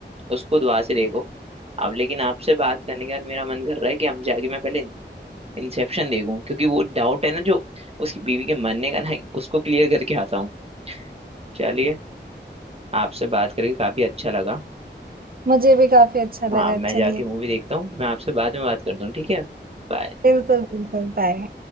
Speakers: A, on the right; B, on the right.
A: उसको दुआ से देखो अब लेकिन आपसे बात करने के बाद मेरा मन कर रहा है कि हम जाके मैं पहले इंसेप्शन देखूं क्योंकि वो डाउट है ना जो उसकी बीवी के मरने का ना उसको क्लियर करके आता हूँ चलिए आपसे बात करके काफी अच्छा लगा
B: मुझे भी काफी अच्छा
A: हाँ
B: लगा
A: मैं
B: चलिए
A: जाके मूवी देखता हूँ मैं आपसे बाद में बात करता हूँ ठीक है बाय
B: बिल्कुल बिल्कुल बाय